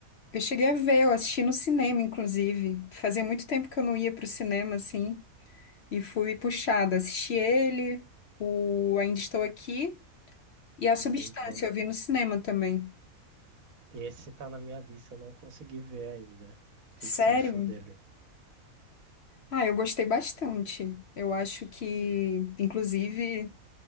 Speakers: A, on the left; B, on the right.
A: eu cheguei a ver, eu assisti no cinema, inclusive. Fazia muito tempo que eu não ia pro cinema, assim, e fui puxada. Assisti ele, o Ainda Estou Aqui e A Substância,
B: Muito bom.
A: eu vi no cinema também.
B: Esse tá na minha lista, eu não consegui ver ainda. O
A: Sério?
B: que que você achou dele?
A: Ah, eu gostei bastante. Eu acho que, inclusive,